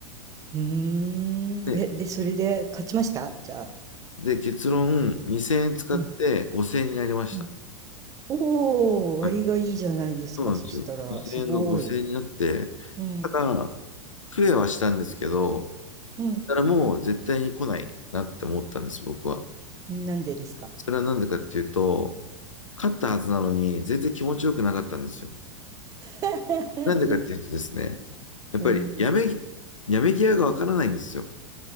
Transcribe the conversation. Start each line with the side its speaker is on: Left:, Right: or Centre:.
Right: うーん。
Left: で、
Right: え、で、それで勝ちましたじゃあ。
Left: で結論、2000円使って5000円になりました。
Right: うんうん。おお、割がいいじゃないですか。
Left: はい、そうなんですよ。
Right: そしたら、
Left: 2000円が5000円になって、
Right: すごい。うん。
Left: ただ、増えはしたんですけど、
Right: うん。
Left: ただからもう絶対に来ないなって思ったんです、僕は。
Right: なんでですか。
Left: それはなんでかっていうと、勝ったはずなのに、全然気持ちよくなかったんですよ。
Right: <laughs>
Left: なんでかっていうとですね、やっぱりやめ、
Right: うん。
Left: やめ際がわからないんですよ。